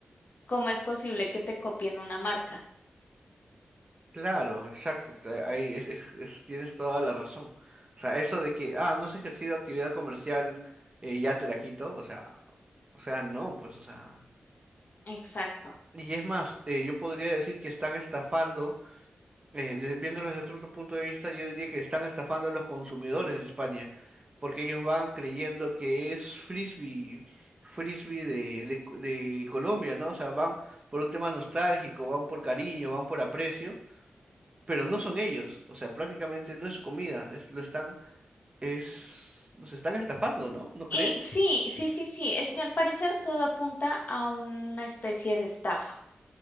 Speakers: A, on the left; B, on the right.
A: ¿cómo es posible que te copien una marca?
B: claro, exacto, o sea, ahí es- es- es- tienes toda la razón. O sea, eso de que, ah, no has ejercido actividad comercial, eh, ya te la quito, o sea, o sea, no, pues, o sea,
A: Exacto.
B: y es más, eh, yo podría decir que están estafando eh, de- viéndolos desde otro punto de vista, yo diría que están estafando a los consumidores de España, porque ellos van creyendo que es frisbee, frisbee de, de, Co- de Colombia, ¿no? O sea, van por un tema nostálgico, van por cariño, van por aprecio, pero no son ellos, o sea, prácticamente no es su comida, es, lo están, es, los están estafando, ¿no? ¿No crees?
A: Y sí, sí, sí, sí, es que al parecer todo apunta a una especie de estafa.